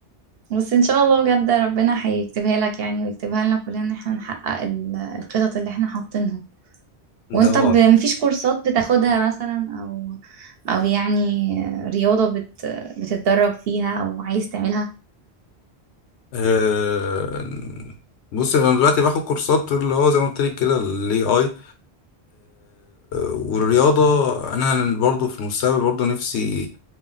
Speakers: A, on the right; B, on the left.
A: بس ان شاء الله بجد ربنا هيكتبها لك يعني ويكتبها لنا كلنا ان احنا نحقق ال- الخطط اللي احنا حاطينها وانت
B: ده
A: ب-
B: اه
A: مفيش كورسات بتاخدها مثلا او او يعني رياضة بت بتتدرب فيها او عايز تعملها
B: آه، بص انا دلوقتي باخد كورسات اللي هو زي ما قلت لك كده الاي اي والرياضة انا برضو في المستقبل برضو نفسي